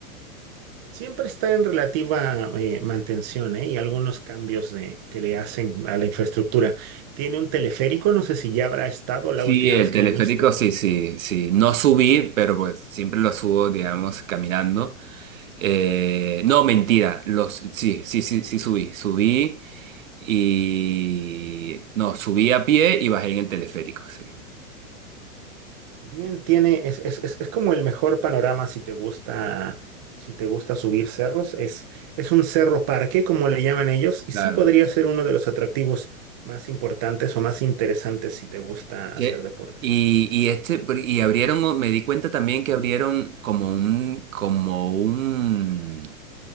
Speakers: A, on the right; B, on the right.
A: Siempre está en relativa eh, mantención, ¿eh? y algunos cambios de, que le hacen a la infraestructura. Tiene un teleférico, no sé si ya habrá estado la
B: Sí,
A: última
B: el
A: vez
B: teleférico,
A: que viniste.
B: sí, sí, sí. No subí, pero pues siempre lo subo, digamos, caminando. Eh, no, mentira, los, sí, sí, sí, sí subí, subí y... No, subí a pie y bajé en el teleférico, sí.
A: Bien, tiene, es, es, es, es como el mejor panorama si te gusta, si te gusta subir cerros. Es, es un cerro parque, como le llaman ellos, y
B: Claro.
A: sí podría ser uno de los atractivos más importantes o más interesantes si te gusta hacer
B: Que-
A: deporte.
B: y, y este, y abrieron, me di cuenta también que abrieron como un, como un,